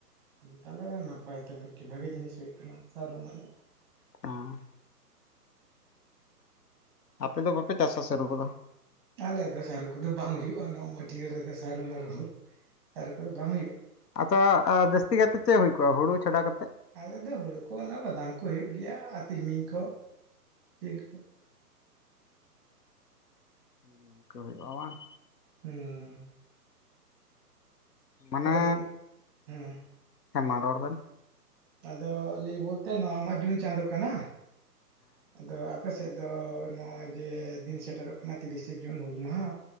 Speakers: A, on the right (about 15°); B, on the left (about 80°).
A: ᱛᱟᱦᱞᱮ ᱱᱟᱯᱟᱭ ᱛᱚ ᱢᱤᱫᱴᱮᱱ ᱵᱷᱟᱜᱤ ᱡᱤᱱᱤᱥ ᱦᱩᱭᱩᱜ ᱠᱟᱱᱟ ᱥᱟᱹᱨᱩ ᱢᱟᱱᱮ ᱾
B: <unintelligible> ᱟᱯᱮ ᱫᱚ ᱵᱟᱯᱮ ᱪᱟᱥᱟ ᱥᱟᱨᱩ ᱠᱚᱫᱚ?
A: ᱟᱞᱮ ᱫᱚ ᱥᱟᱹᱨᱩ ᱠᱚᱫᱚ ᱵᱟᱝ ᱦᱩᱭᱩᱜᱼᱟ ᱱᱚᱣᱟ ᱢᱟᱹᱴᱭᱟᱹ ᱨᱮᱫᱚ᱾ ᱥᱟᱹᱨᱩ ᱢᱟᱹᱨᱩ ᱥᱟᱹᱨᱩ ᱠᱚᱫᱚ ᱵᱟᱝ ᱦᱩᱭᱩᱜᱼᱟ ᱾
B: ᱟᱪᱪᱷᱟ, ᱡᱟᱹᱥᱛᱤ ᱠᱟᱛᱮᱫ ᱪᱮᱫ ᱦᱩᱭ ᱠᱚᱜᱼᱟ ᱦᱩᱲᱩ ᱪᱷᱟᱰᱟ ᱠᱟᱛᱮᱫ?
A: ᱟᱞᱮ ᱫᱚ ᱦᱩᱲᱩ ᱠᱚ ᱚᱱᱟ ᱵᱟᱫᱟᱢ ᱠᱚ ᱦᱩᱭᱩᱜ ᱜᱮᱭᱟ ᱟᱨ ᱛᱤᱞᱢᱤᱧ ᱠᱚ ᱛᱤᱞ ᱠᱚ ᱾
B: ᱤᱝᱠᱟᱹ ᱦᱩᱭᱩᱜᱼᱟ ᱵᱟᱝ
A: ᱦᱩᱸᱻ
B: ᱢᱟᱱᱮ
A: ᱟᱫᱚ ᱜᱚᱝ ᱦᱩᱸ
B: ᱦᱮᱸ ᱢᱟ ᱨᱚᱲ ᱵᱮᱱ
A: ᱟᱫᱚ ᱞᱟᱹᱭ ᱵᱚᱞᱛᱮ ᱱᱚᱣᱟ ᱢᱟ ᱡᱩᱱ ᱪᱟᱸᱫᱳ ᱠᱟᱱᱟ ᱟᱫᱚ ᱟᱯᱮ ᱥᱮᱫ ᱫᱚ ᱱᱚᱜᱼᱚᱭ ᱡᱮ ᱫᱤᱱ ᱥᱮᱴᱮᱨᱚᱜ ᱠᱟᱱᱟ ᱛᱤᱨᱤᱥᱮ ᱡᱩᱱ ᱦᱩᱞ ᱢᱟᱦᱟ